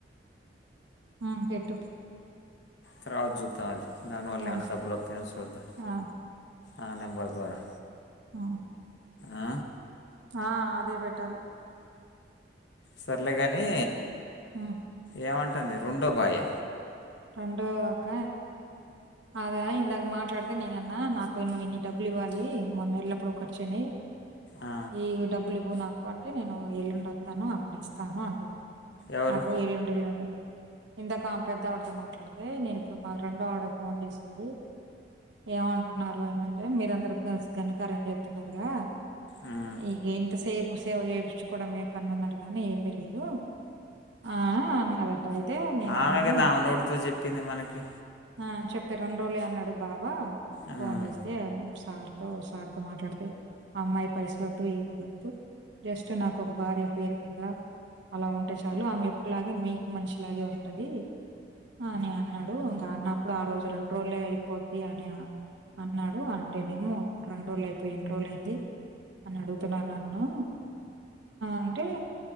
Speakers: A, on the right; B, on the left.
A: ఉహు పెట్టు
B: తర్వాత చూద్దాం అది దానివల్ల
A: ఆ
B: ఏమైన్నా డబ్బులు వస్తాయ చూద్దా
A: ఆ
B: ఆ నంబర్ ద్వారా
A: ఉహు
B: ఆ
A: ఆ అదే పెట్టాలే
B: సర్లేగాని
A: ఆ
B: ఏమంటుంది రెండో భాయ్య
A: రెండో అక్క అదా ఇందాక మాట్లాడితే నేను అన్నా నాకు ఇన్ని డబ్బులు ఇవ్వాలి మొన్న ఇల్లు అప్పుడు ఖర్చుయినాయి
B: ఆ
A: ఈ డబ్బులు ఇవ్వు నాకు తక్కువ అంటే నేను ఎల్లుండి వస్తాను అప్పుడు ఇస్తాను అంటుంది
B: ఎవరు
A: నాకు ఎల్లుండి ఇల్లు ఇందాక ఆమె పెద్ద ఆవిడతో మాట్లాడితే నేను ఇప్పుడు మా రెండో ఆవిడ ఫోన్ చేసింది ఏమంటున్నారు అని అంటే మీరు అందరు కలిసి గనకార్యం చేతున్నారుగా
B: ఉమ్
A: ఈగే ఇంత సేపు సేవ చేయించుకోవడం ఏ పని అన్నారు గానీ ఏమి లేదు ఆ అన్నదంట అయితే నేను
B: ఆమె
A: అన్నాను
B: కదా ఆమె నోటితో చెప్పింది మనకి
A: ఆ చెప్తే రెండు రోజులే అన్నాడు బావ
B: ఉమ్
A: ఫోన్ చేస్తే సార్ తో సార్ తో మాట్లాడితే ఆ అమ్మాయి పైసలు వద్దు ఏమి వద్దు జస్ట్ నాకు ఒక భార్య పేరు కింద అలా ఉంటే చాలు ఆమె ఎప్పుడులాగే మీకు మనిషిలాగే ఉంటది అని అన్నాడు ఇంకా అన్న అప్పుడు ఆ రోజు రెండు రోజులే అయిపోద్ది అని అన్నాడు అంటేనేమో ఇప్పుడు రెండు రోజులు అయిపోయి ఎన్ని రోజులు అయింది అని అడుగుతున్నాడు నన్ను అంటే